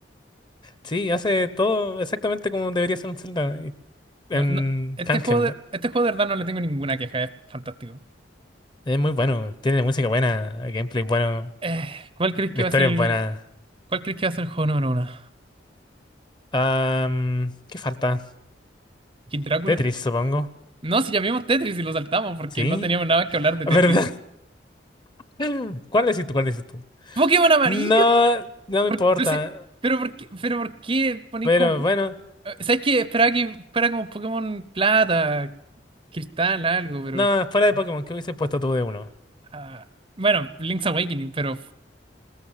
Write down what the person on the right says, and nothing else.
No,
no, este
juego de, este juego de verdad no le tengo ninguna queja, es fantástico.
Eh, ¿cuál crees
que
va a ser el,
cuál crees que va a ser el juego número uno?
¿Kid Drácula?
No, si llamamos Tetris y lo saltamos porque
no teníamos nada que hablar de
Tetris.
¡Pokémon amarillo!
¿Por-
pero, si- pero por qué, pero por qué ponéis
como...
eh, ¿Sabes qué? Esperaba que fuera como Pokémon Plata, Cristal, algo, pero...
ah,
ah, bueno, Link's Awakening, pero...